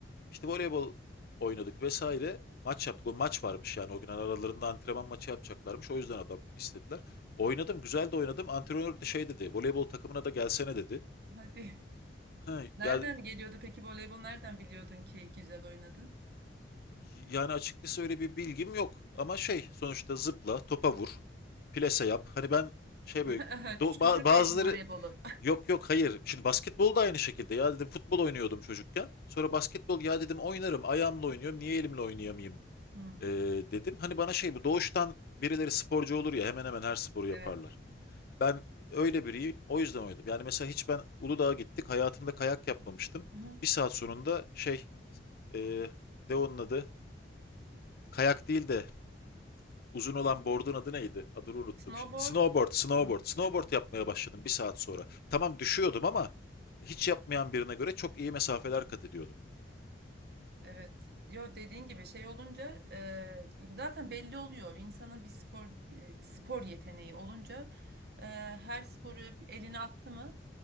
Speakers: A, on the left; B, on the right.
A: İşte voleybol oynadık vesaire. Maç yaptık. O maç varmış yani o gün aralarında antrenman maçı yapacaklarmış. O yüzden adam istediler. Oynadım, güzel de oynadım. Antrenör de şey dedi. Voleybol takımına da gelsene dedi.
B: Hadi.
A: Ha,
B: Nereden
A: yani
B: geliyordu peki voleybol? Nereden biliyordun ki güzel oynadın?
A: yani açıkçası öyle bir bilgim yok ama şey sonuçta zıpla, topa vur, plase yap. Hani ben şey
B: <laughs>
A: böyle do-
B: Küçümsemeyelim
A: ba- bazıları
B: voleybolu.
A: Yok yok hayır. Şimdi basketbol da aynı şekilde. Ya dedim futbol oynuyordum çocukken. Sonra basketbol ya dedim oynarım. Ayağımla oynuyorum. Niye elimle oynayamayayım?
B: <laughs> Hı,
A: Ee, dedim. Hani bana şey bu doğuştan birileri sporcu olur ya hemen hemen her sporu yaparlar.
B: evet.
A: Ben öyle biriyim. O yüzden oynadım. Yani mesela hiç ben Uludağ'a gittik. Hayatımda kayak yapmamıştım.
B: Hı hı.
A: Bir saat sonunda şey e, ne onun adı? Kayak değil de Uzun olan board'un adı neydi? Adını unuttum
B: Snowboard.
A: şimdi. Snowboard, snowboard.
B: Hı,
A: Snowboard
B: evet.
A: yapmaya başladım bir saat sonra. Tamam düşüyordum ama hiç yapmayan birine göre çok iyi mesafeler kat ediyordum.
B: Evet. Yo dediğin gibi şey olunca e, zaten belli oluyor. İnsanın bir spor e, spor yeteneği olunca e, her sporu eline attı mı